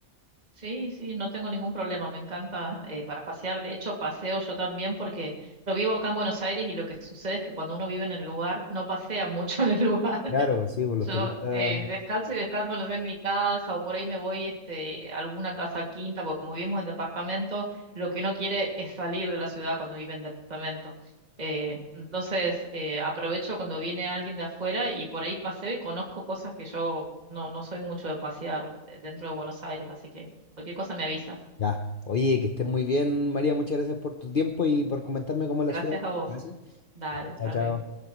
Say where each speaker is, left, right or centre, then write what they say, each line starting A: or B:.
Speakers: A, on the right; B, on the left.
A: Sí, sí, no tengo ningún problema, me encanta eh, para pasear. De hecho, paseo yo también porque yo vivo acá en Buenos Aires y lo que sucede es que cuando uno vive en el lugar, no pasea <laughs> mucho en el lugar.
B: Claro, sí, pues los
A: Yo
B: turistas...
A: eh, descalzo y descanso, no sé, en mi casa o por ahí me voy este, a alguna casa quinta, porque como vivimos en departamento, lo que uno quiere es salir de la ciudad cuando vive en departamento. Eh, entonces eh, aprovecho cuando viene alguien de afuera y por ahí paseo y conozco cosas que yo no, no soy mucho de pasear eh, dentro de Buenos Aires, así que cualquier cosa me avisas.
B: Ya. Oye, que estés muy bien, María. Muchas gracias por tu tiempo y por comentarme cómo es la
A: Gracias
B: ciudad.
A: a vos.
B: Gracias.
A: Dale,
B: Ya,
A: hasta
B: chao, chao.
A: luego.